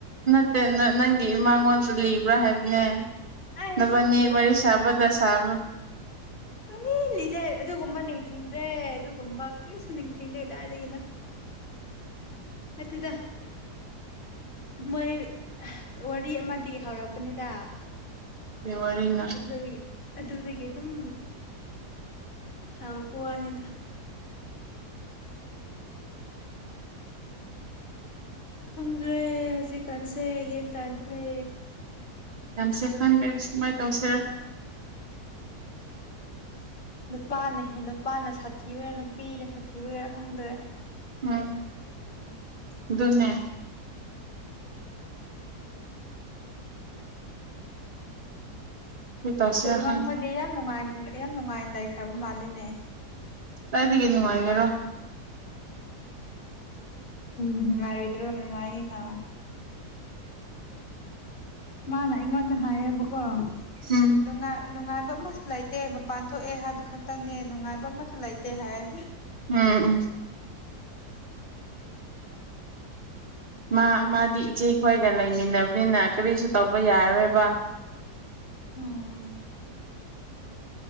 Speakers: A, on the right (about 30°); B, on the left (about 30°).
A: ꯅ ꯅꯪꯒꯤ ꯏꯃꯥꯡꯉꯣꯟꯁꯨ ꯂꯤꯕ꯭ꯔꯥ ꯍꯥꯏꯕꯅꯦ
B: ꯑꯩ
A: ꯅꯕꯅꯤ
B: ꯁꯨꯡꯂꯤ
A: ꯋꯥꯔꯤꯔꯤ ꯁꯕꯗ ꯁꯥꯥꯕ
B: ꯁꯨꯅꯤ ꯂꯤꯗꯦ ꯑꯗꯨꯒꯨꯝꯕ ꯅꯤꯡꯁꯤꯡꯗ꯭ꯔꯦ ꯑꯗꯨꯒꯨꯝꯕ ꯀꯩꯁꯨ ꯅꯤꯡꯁꯤꯡꯗꯦ ꯀꯗꯥꯏꯗꯒꯤꯅꯣ ꯑꯗꯨꯗ ꯃꯣꯏ ꯋꯥꯔꯤ ꯑꯃꯗꯤ ꯍꯧꯔꯛꯄꯅꯤꯗ
A: ꯀꯩ ꯋꯥꯔꯤꯅꯣ
B: ꯑꯗꯨ ꯑꯗꯨꯗꯒꯤ ꯑꯗꯨꯝ ꯊ ꯄꯨꯋꯥꯅꯤꯗ ꯈꯪꯗ꯭ꯔꯦ ꯍꯧꯖꯤꯛ ꯀꯟꯁꯦ ꯍꯒꯦ ꯇꯗ꯭ꯔꯦ
A: ꯁꯦ ꯈꯪꯒꯦ ꯃꯥꯏ ꯇꯥꯎꯁꯦ
B: ꯅꯨꯄꯥꯅꯍꯦ ꯅꯨꯄꯥꯅ ꯁꯥꯊꯤꯕ ꯑꯣꯏꯔꯥ ꯅꯨꯄꯤꯅ ꯁꯥꯊꯤꯕ ꯑꯣꯏꯦꯔꯥ ꯈꯪꯗꯣꯔꯦ
A: ꯎꯝ ꯑꯗꯨ ꯑꯗꯨꯟꯅ ꯀꯔꯤ ꯇꯧꯁꯤꯔꯥ
B: ꯉꯝꯈꯣꯏꯗꯤ
A: ꯈꯪꯗꯦ
B: ꯌꯥꯝ ꯅꯨꯡꯉꯥꯏ ꯌꯥꯝ ꯅꯨꯡꯉꯥꯏꯅ ꯂꯩꯈ꯭ꯔꯕ ꯃꯥꯜꯂꯤꯅꯦ
A: ꯇꯥꯏꯗꯒꯦꯅꯤ ꯍꯥꯏꯒꯦꯔꯣ
B: ꯎꯝ ꯅꯨꯡꯉꯥꯏꯔꯣꯏꯗ꯭ꯔꯣ ꯅꯨꯡꯉꯥꯏꯅꯤꯅ ꯃꯥꯅ ꯑꯩꯉꯣꯟꯗ ꯍꯥꯏꯌꯦꯕꯀꯣ
A: ꯎꯝ
B: ꯅꯨꯡꯉꯥꯏ ꯅꯨꯡꯉꯥꯏꯕ ꯑꯃꯁꯨ ꯂꯩꯇꯦ ꯃꯄꯥꯟ ꯊꯣꯛꯑꯦ ꯍꯥꯏꯕ ꯈꯛꯇꯪꯅꯦ ꯅꯨꯡꯉꯥꯏꯕ ꯑꯃꯁꯨ ꯂꯩꯇꯦ ꯍꯥꯏ
A: ꯎꯝ ꯎꯝ ꯃꯥ ꯃꯥꯗꯤ ꯏꯆꯦ ꯈꯣꯏꯒ ꯂꯩꯃꯤꯟꯅꯕꯅꯤꯅ ꯀꯔꯤꯁꯨ ꯇꯧꯕ ꯌꯥꯔꯔꯣꯏꯕ
B: ꯎꯝ